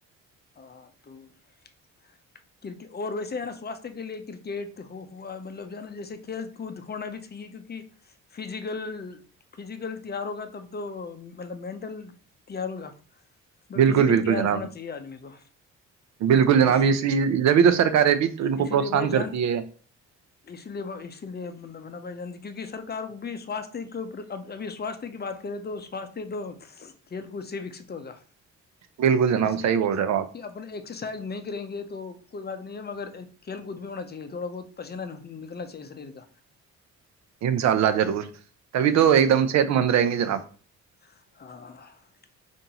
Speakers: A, on the left (about 35°); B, on the right (about 65°).
A: آ تو <unintelligible> کرکٹ اور ویسے ہے نا سواستھ کے لیے کرکٹ ہو ہوا مطلب جو ہے نا جیسے کھیل کود ہونا بھی چاہیے کیونکہ فزیکل فزیکل تیار ہوگا تب تو مطلب مینٹل تیار کاا <unintelligible> ب
B: بالکل
A: فزیکل
B: بالکل
A: تیار
B: جناب
A: ہونا چاہیے آدمی کو
B: بالکل
A: تو لیے
B: جناب اس جبھی تو سرکاریں بھی ان کو
A: اسی
B: پروتساہن
A: لیے بائی جان
B: کرتی ہے
A: لیے اس لیے ملا بائی جان کیونکہ سر بھی سوست ابھی سواستھ کی بات کریں تو ساستھ <unintelligible> تو کھیل کود سے وکست ہوگا
B: بالکل جناب
A: جسا
B: صحیح بول رہے ہو
A: کیونکہ
B: آپ
A: اپنے ایکسرسائز نہیں کریں گے تو کوئی بات نہیں ہے مگر کھیل کود بھی ہونا چاہیے تھوڑا بہت پسینہ نکلنا چاہیے شریر کا
B: انشاء اللہ ضرور تبھی تو
A: ہاں
B: ایک دم صحت مند رہیں گے آپ <unintelligible>
A: ہاں <unintelligible>